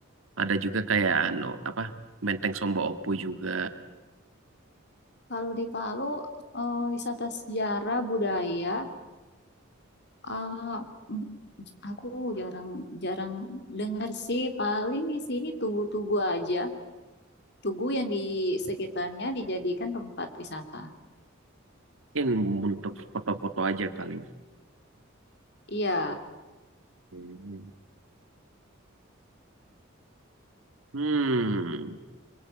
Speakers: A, on the right (about 85°); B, on the left (about 55°).
A: Ada juga kayak anu apa Benteng Somba Opu juga.
B: Kalau di Palu eh, wisata sejarah budaya Ah, aku jarang jarang dengar sih paling di sini tugu-tugu aja tugu yang di sekitarnya dijadikan tempat wisata
A: Mungkin untuk foto-foto aja kali. ya.
B: iya
A: Hmm. Hmm.